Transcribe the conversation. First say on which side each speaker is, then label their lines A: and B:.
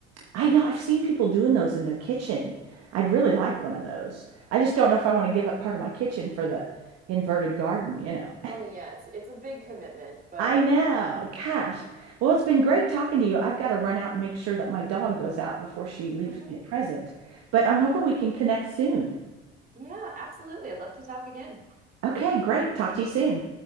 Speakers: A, on the right; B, on the right.
A: I know I've seen people doing those in their kitchen. I'd really like one of those. I just don't know if I want to give up part of my kitchen for the inverted garden, you know.
B: Oh yeah, it's it's a big commitment, but
A: I Right. know. Gosh. Well, it's been great talking to you. I've got to run out and make sure that my dog goes out before she leaves
B: Mhm.
A: me a present. But I'm hoping we can connect soon.
B: Yeah, absolutely. I'd love to talk again.
A: Okay, great. Talk to you soon.